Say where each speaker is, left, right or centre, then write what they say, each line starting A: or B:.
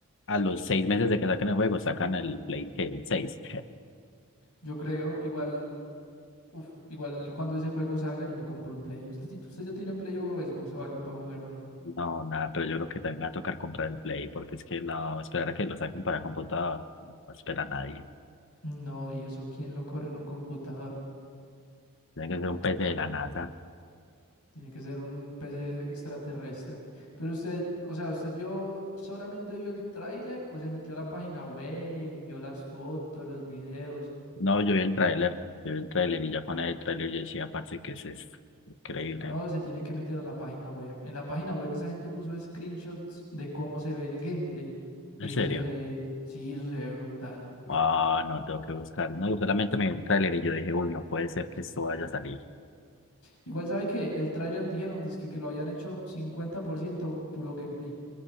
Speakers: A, on the left; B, on the left.
A: a los seis meses de que saquen el juego, sacan el Play ¿qué? el seis
B: Yo creo, igual, uf, igual cuando ese juego salga, yo me compro un Play. ¿Usted, ti- usted ya tiene Play o Xbox o algo para jugar o no?
A: No, nada, pero yo creo que también me va a tocar comprar el Play, porque es que no, esperar a que lo saquen para computador, no espera a nadie.
B: No, ¿y eso quién lo corre en un computador?
A: Tiene que ser un PC de la NASA.
B: Tiene que ser un PC extraterrestre. Pero usted, o sea, ¿usted vio, solamente vio el tráiler o se metió a la página web y vio las fotos, los videos?
A: No, yo vi el tráiler, yo vi el tráiler y ya con el tráiler yo decía, parce, que es esto? increíble.
B: No, se tiene que meter a la página web. En la página web esa gente puso screenshots de cómo se ve el gameplay.
A: ¿En
B: Y eso
A: serio?
B: se ve, sí, eso se ve brutal.
A: Ah, no, tengo que buscar. No, yo solamente me vi el tráiler y yo dije, uy, no puede ser que esto vaya a salir.
B: Igual sabe que el tráiler dijeron, dizque que lo habían hecho 50% puro gameplay.